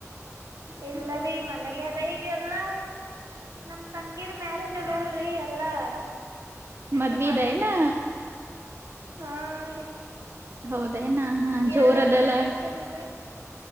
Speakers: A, on the right; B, on the right.
A: ಇಲ್ಲರೀ ಮನ್ಗ್ಯಾರ ಈಗ ಎಲ್ಲ ನಮ್ ತಂಗಿದ ಮ್ಯಾರೇಜ್ ಆದಲ್ರಿ ಎಲ್ಲಾ
B: ಮದುವೆದೇನಾ
A: ಇದು ಮಾಡ್ಲತ್ತಾರ ಹಾ ರೀ...
B: ಹೌದೇನಾ ಹಾ ಜೋರ
A: ಎಲ್ಲಾ
B: ಅದೆಲ್ಲ
A: ಪ್ರಿಪ್ರೇಷನ್ ರೀ